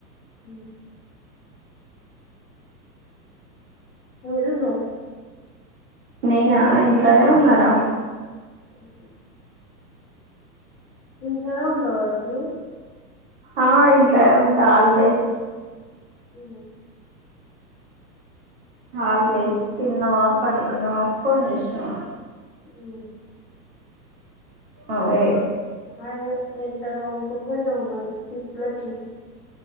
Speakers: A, on the left (about 30°); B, on the right (about 35°).
A: మ్ యాడున్నవ్
B: నేనా ఇంట్లోనే ఉన్నారా
A: ఓకే ఇంట్లోనేే ఉంటావు కద నువ్
B: ఆ ఇంట్లనే ఉంటా ఆల్వేస్
A: ఉ
B: ఆల్ వేస్ తిన్నవా పండుకున్నావా ఫోన్ జేష్ ఆ
A: ఉ
B: అదే
A: అదే ఎడికన్నా పోకపోయినావు మరి ట్రిప్పులకి